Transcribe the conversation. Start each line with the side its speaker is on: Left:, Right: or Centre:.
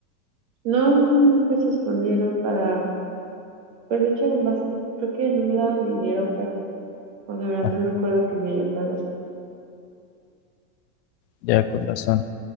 Right: No, no, no, nunca se escondieron para, pues de hecho, bas- creo que no me daban dinero casi. Bueno, la verdad
Left: Ah,
Right: no me acuerdo que me hayan dado.
Left: ya con razón.